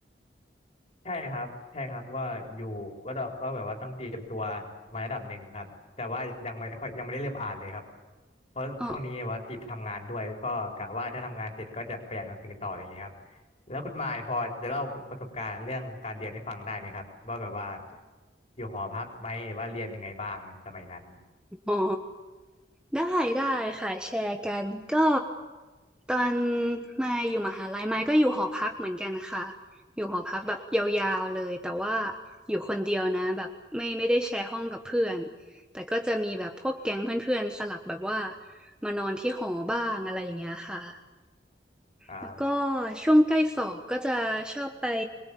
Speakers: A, on the left; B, in the centre.
A: ใช่ครับใช่ครับก็อยู่ว่าต้องก็แบบว่าต้องเตรียมตัวมาระดับหนึ่งครับแต่ว่ายังไม่ค่อยยังไม่ได้เริ่มอ่านเลยครับเพราะช่วงนี้ว่าติดทำงานด้วยแล้วก็กะว่าถ้าทำงานเสร็จก็จะไปอ่านหนังสือต่ออย่างเงี้ยครับ
B: อ๋อ
A: แล้วคุณมายพอจะเล่าประสบการณ์เรื่องการเรียนให้ฟังได้ไหมครับว่าแบบว่าอยู่หอพักไหมหรือว่าเรียนเป็นไงบ้างสมัยนั้น
B: อ๋อได้ได้ค่ะแชร์กันก็ตอนมายอยู่มหาลัยมายก็อยู่หอพักเหมือนกันค่ะอยู่หอพักแบบยาวๆเลยแต่ว่าอยู่คนเดียวนะแบบไม่ไม่ได้แชร์ห้องกับเพื่อนแต่ก็จะมีแบบพวกแก๊งเพื่อนๆสลับแบบว่ามานอนที่หอบ้างอะไรอย่างเงี้ยค่ะ
A: ครับ
B: แล้วก็ช่วงใกล้สอบก็จะชอบไป